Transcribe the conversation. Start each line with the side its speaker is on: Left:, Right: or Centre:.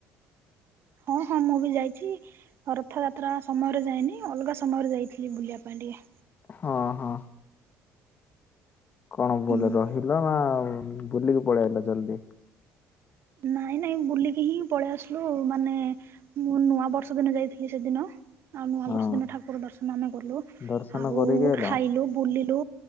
Right: ହଁ ହଁ ମୁଁ ବି ଯାଇଛି। ରଥଯାତ୍ରା ସମୟରେ ଯାଇନି ଅଲଗା ସମୟରେ ଯାଇଥିଲି ବୁଲିବା ପାଇଁ ଟିକେ।
Left: ହଁ ହଁ। କଣ ବୋଲେ
Right: ହୁଁ।
Left: ରହିଲ ନା ବୁଲିକି ପଳେ ଆଇଲ ଜଲଦି।
Right: ନାଇଁ ନାଇଁ ବୁଲିକି ହିଁ ପଳେଇ ଆସିଲୁ ମାନେ ମୁଁ ନୂଆ ବର୍ଷ ଦିନ ଯାଇଥିଲି ସେଦିନ। ଆଉ ନୂଆ ବର୍ଷ
Left: ହଁ
Right: ଦିନ ଠାକୁର ଦର୍ଶନ ଆମେ କଲୁ
Left: ଦର୍ଶନ
Right: ଆଉ
Left: କରିକି ଆଇଲ
Right: ଖାଇଲୁ ବୁଲିଲୁ।